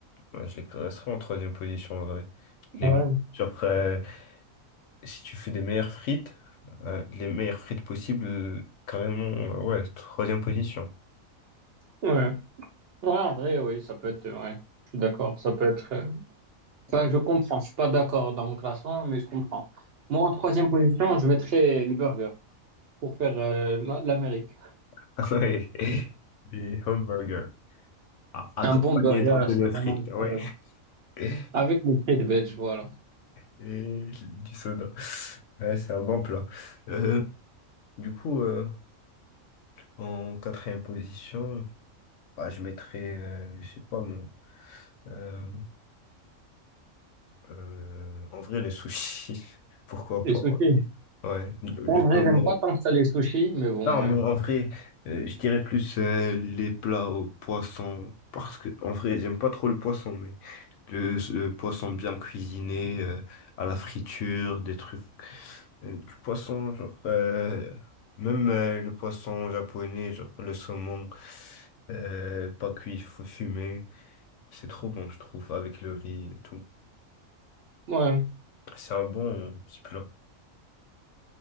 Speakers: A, on the left; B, on the right.
A: ben, je les classerais en troisième position en vrai. Les,
B: Ouais.
A: sur, euh, si tu fais des meilleures frites, euh, les meilleures frites possibles, carrément, euh, ouais, troisième position.
B: Ouais. Ouais, en vrai, oui, ça peut être. Ouais, je suis d'accord. Ça peut être. euh,
A: Wow.
B: Enfin, je comprends. Je suis pas d'accord dans mon classement, mais je comprends. Moi, en troisième position, je mettrais le burger pour faire euh, l'A- l'Amérique.
A: <laughs> Oui, des hamburgers Ah, accompagnés
B: Un bon burger,
A: d'un peu
B: c'est
A: de
B: vraiment
A: frites,
B: incroyable.
A: ouais. Et
B: Avec les frites veg, voilà.
A: du soda. Ouais, c'est un bon plat. Euh, du coup, euh, en quatrième position, bah, je mettrais, euh, je sais pas, moi, euh, euh, en vrai, les sushis. <laughs> Pourquoi
B: Les
A: pas?
B: sushis.
A: Ouais, Ouais. le,
B: En
A: le
B: vrai,
A: saumon.
B: j'aime pas tant que ça les sushis, mais bon,
A: Non,
B: ouais.
A: mais en vrai, euh, je dirais plus euh, les plats au poisson, parce que en vrai, j'aime pas trop le poisson, mais le, le poisson bien cuisiné, euh, à la friture, des trucs, euh, du poisson, genre, euh, même euh, le poisson japonais, genre le saumon, euh, pas cuit, faut fumer, c'est trop bon, je trouve, avec le riz et tout.
B: Ouais,
A: C'est un bon petit plat.